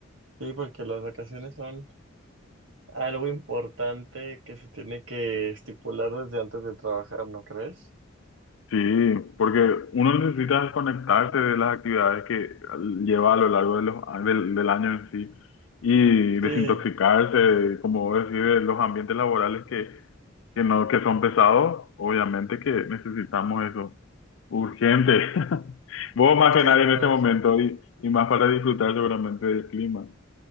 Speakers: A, on the right; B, on the left.
A: sí, porque las vacaciones son algo importante que se tiene que estipular desde antes de trabajar, ¿no crees?
B: Sí, porque uno necesita desconectarse de las actividades que lleva a lo largo de los, a- del, del año en sí y desintoxicarse,
A: Sí,
B: como vos decís, de los ambientes laborales que, que, no, que son pesados, obviamente que necesitamos eso urgente. <laughs> Vos más que
A: sí,
B: nadie en
A: claro,
B: este momento y, y más para disfrutar seguramente del clima.